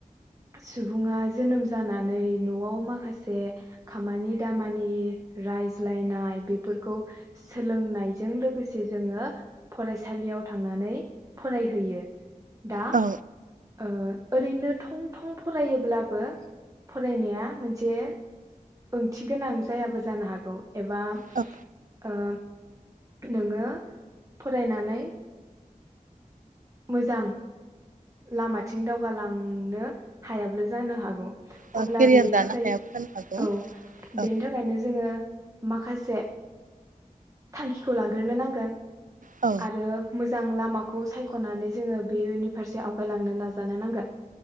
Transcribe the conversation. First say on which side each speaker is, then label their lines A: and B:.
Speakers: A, on the right (about 25°); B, on the right (about 70°).
A: सुबुङा जोनोम जानानै न'आव माखासे खामानि दामानि रायज्लायनाय बेफो फोरखौ सोलोंनायजों लोगोसे जोङो फरायसालियाव थांनानै फराय हैयो दा
B: औ
A: ओ ओरैनो थं थं फरायोब्लाबो फरायनाया मोनसे ओंथि गोनां जायाबो जानो हागौ। एबा ओ
B: औ
A: नोङो फरायनानै मोजां लामाथिं दावगालांनो हायाब्ला जानो हागौ।
B: औ
A: अब्ला
B: केरियार
A: बेनि
B: दानो
A: थाखाय,
B: हायाबो जानो हागौ
A: औ
B: औ
A: बेनि थाखायनो जोङो माखासे थांखिखौ लाग्रोनो नांगोन
B: औ
A: आरो। मोजां लामाखौ सायख'नानै जोङो बेनि फारसे आवगायलांनो नाजानो नांगोन।